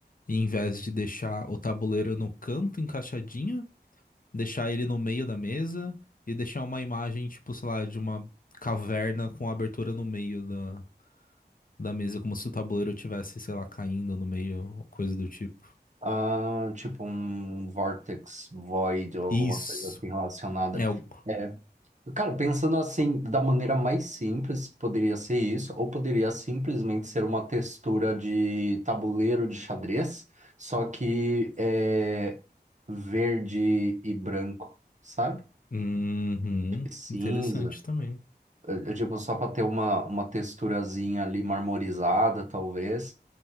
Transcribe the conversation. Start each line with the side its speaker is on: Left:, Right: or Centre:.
Left: E em vez de deixar o tabuleiro no canto encaixadinho, deixar ele no meio da mesa e deixar uma imagem, tipo, sei lá, de uma caverna com a abertura no meio da, da mesa, como se o tabuleiro tivesse, sei lá, caindo no meio, coisa do tipo.
Right: Ah, tipo um Vortex Void ou alguma
Left: Isso.
Right: coisa assim relacionada.
Left: É o.
Right: É. Cara, pensando assim, da maneira mais simples, poderia ser isso, ou poderia simplesmente ser uma textura de tabuleiro de xadrez, só que é verde e branco, sabe?
Left: Uhum.
Right: Cinza,
Left: Interessante também.
Right: é, é tipo, só para ter uma, uma texturazinha ali marmorizada, talvez,